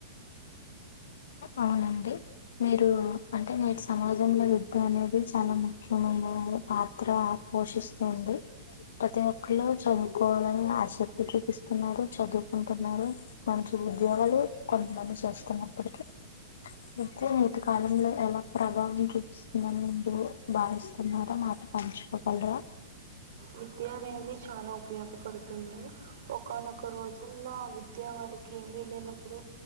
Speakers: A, on the left; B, on the right.
A: అవునండి మీరు అంటే నేటి సమాజంలో విద్య అనేది చాలా ముఖ్యమైన పాత్ర పోషిస్తుంది. ప్రతి ఒక్కలో చదువుకోవాలని ఆసక్తి చూపిస్తున్నారు. చదువుకుంటున్నారు మంచి ఉద్యోగాలు కొంతమంది చేస్తున్నారు. ఇటిక అయితే నేటి కాలంలో ఎలా ప్రభావం చూపిస్తుందని మీరు భావిస్తున్నారా మాతో పంచుకోగలరా.
B: విద్య అనేది చాలా ఉపయోగపడుతుంది, ఒకానొక రోజుల్లో విద్య వారికి ఏమీ లేనప్పుడు